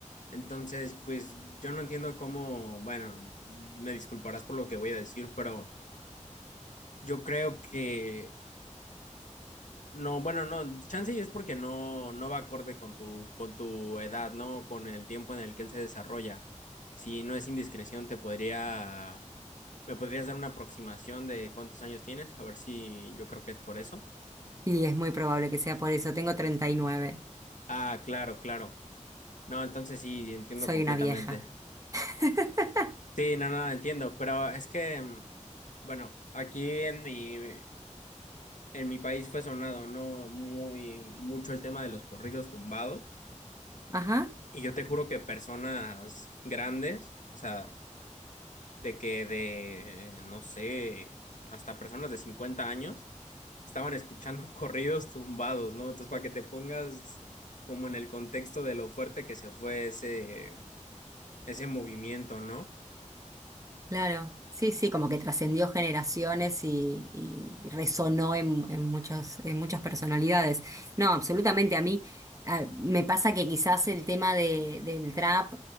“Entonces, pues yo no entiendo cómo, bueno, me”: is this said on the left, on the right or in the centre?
Left